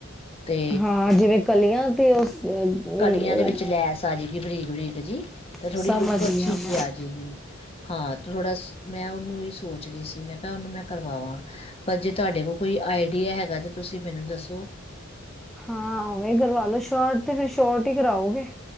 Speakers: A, on the left (about 30°); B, in the centre.
A: ਤੇ
B: ਹਾਂ ਜਿਵੇਂ ਕਲੀਆਂ ਤੇ ਉਸ ਅ, ਅ,
A: ਕਲੀਆਂ ਦੇ ਵਿੱਚ ਲੈਸ ਆ ਜਾਏਗੀ ਬਰੀਕ ਬਰੀਕ ਜੀ ਤੇ
B: ਸਮਝ
A: ਥੋੜੀ ਲੁੱਕ ਅੱਛੀ
B: ਗਿਆ
A: ਜਿ
B: ਮੈਂ।
A: ਆ ਜਾਏਗੀ ਹਾਂ ਤੇ ਥੋੜਾ ਮੈਂ ਉਹਨੂੰ ਇਹ ਸੋਚ ਰਹੀ ਸੀ ਮੈਂ ਕਿਹਾ ਉਹਨੂੰ ਮੈਂ ਕਰਵਾਵਾਂ। ਪਰ ਜੇ ਤੁਹਾਡੇ ਕੋਲ ਕੋਈ ਆਈਡੀਆ ਹੈਗਾ ਤਾਂ ਤੁਸੀਂ ਮੈਨੂੰ ਦੱਸੋ
B: ਹਾਂ ਉਵੇਂ ਕਰਵਾ ਲਓ ਸ਼ਾਟ ਤੇ ਫਿਰ ਸ਼ੋਟ ਹੀ ਕਰਾਓਗੇ।